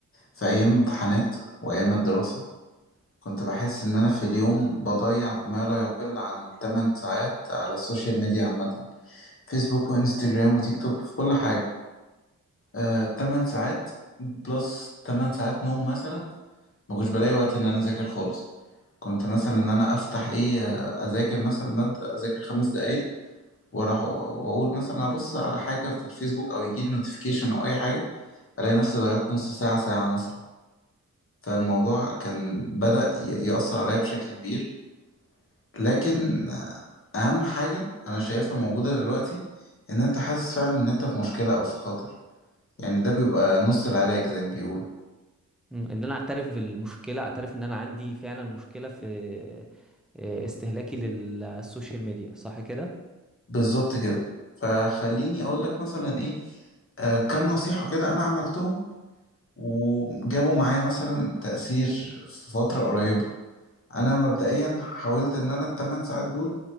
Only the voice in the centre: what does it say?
مم.
مم، ان انا اعترف بالمشكله اعترف ان انا عندي فعلا مشكله في آه، استهلاكي للسوشيال ميديا صح كده